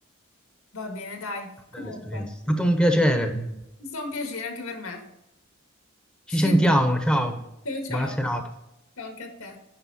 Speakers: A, on the left (about 80°); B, in the centre.
A: va bene, dai. Comunque,
B: Bella esperienza. È stato un piacere.
A: è stato un piacere anche per me.
B: Ci
A: Ci
B: sentiamo,
A: sentiamo.
B: ciao.
A: Ciao ciao.
B: Buona serata.
A: Ciao anche a te.